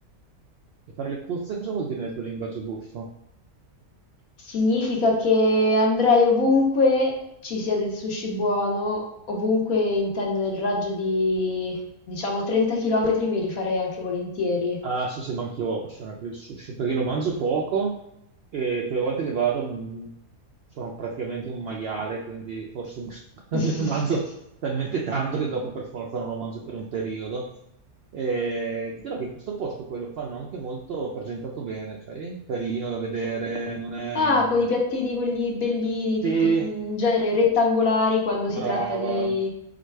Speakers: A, on the right; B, on the left.
A: e fare le puzze cosa vuol dire nel tuo linguaggio buffo?
B: Significa che andrei ovunque ci sia del sushi buono, ovunque intendo nel raggio di, diciamo, 30 km me li farei anche volentieri.
A: Ah, sì, sì, ma anch'io ho la passione per il sushi, perché lo mangio poco e quelle volte che vado mh, sono praticamente un maiale, quindi forse mi <laughs>
B: <laughs>
A: ne mangio talmente tanto che dopo per forza non lo mangio per un periodo. E ti dirò che questo posto poi lo fanno anche molto presentato bene, sai? Carino da vedere, non è...
B: Ah,
A: mh,
B: con i piattini quelli bellini, tutti
A: Sì,
B: mm, in genere rettangolari quando
A: brava,
B: si tratta di,